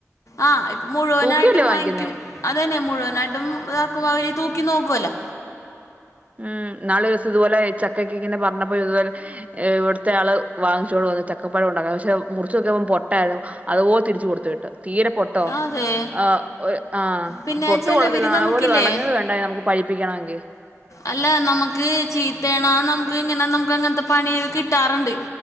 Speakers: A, on the left; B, on the right.
A: ആഹ് ഇ മുഴുവനായിട്ടും
B: തൂക്കിയല്ലേ വാങ്ങിക്കുന്നേ
A: വാങ്ങിക്കും അതന്നെ മുഴുവനായിട്ടും ഇതാക്കുമ്പ അവര് തൂക്കി നോക്കോല്ലോ
B: ഉം ന്നാളീസോ ഇതുപോലെ ചക്കക്ക് ഇങ്ങനെ പറഞ്ഞപ്പോ ഇതുപോലെ ഇവിടുത്തെ ആള് വാങ്ങിച്ച് കൊണ്ട് വന്ന് ചക്കപ്പഴം ഉണ്ടാക്ക പക്ഷെ മുറിച്ച്നോക്കുമ്പോ പൊട്ടയാരുന്നു അതുപോലെ തിരിച്ചു കൊടുത്തു വിട്ട് തീരെ പൊട്ടോ
A: അതെ
B: ആഹ് ആഹ്
A: പിന്നെ
B: പൊട്ട്
A: ചിലവര്
B: കൊള്ളത്തില്ല
A: നമുക്കില്ലേ
B: അതുപോലെ വെളഞ്ഞത് വേണ്ടയോ നമുക്ക് പഴിപ്പിക്കണമെങ്കിൽ
A: അല്ല നമുക്ക് ചീത്തേണ നമുക്ക് ഇങ്ങനെ നമുക്ക് അങ്ങനത്തെ പണിയൊ കിട്ടാറുണ്ട്